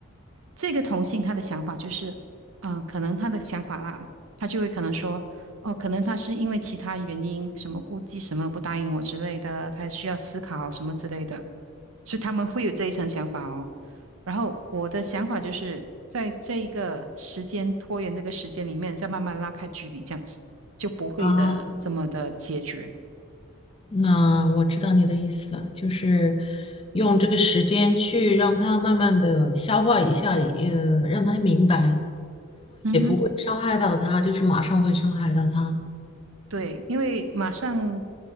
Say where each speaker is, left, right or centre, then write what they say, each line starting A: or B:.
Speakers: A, on the right (about 70°); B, on the left (about 25°).
A: 这个同性他的想法就是，嗯，可能他的想法啦，他就会可能说，哦，可能他是因为其他原因，什么顾忌什么不答应我之类的，他需要思考什么之类的，所以他们会有这一层想法哦。然后我的想法就是在这一个时间拖延这个时间里面，再慢慢拉开距离，这样子就不会的这么的解决。
B: 啊，那我知道你的意思了，就是用这个时间去让他慢慢的消化一下，呃，让他明白
A: 嗯哼。
B: 会伤害到他，就是马上会伤害到他。
A: 对，因为马上